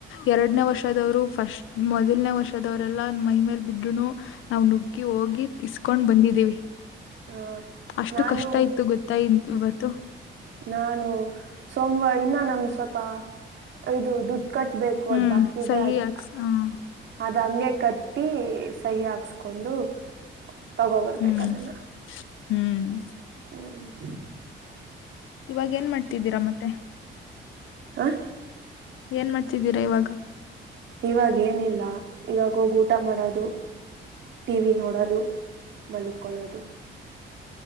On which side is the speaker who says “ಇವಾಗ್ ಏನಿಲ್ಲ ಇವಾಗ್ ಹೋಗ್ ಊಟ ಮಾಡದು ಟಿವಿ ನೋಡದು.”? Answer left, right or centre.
Right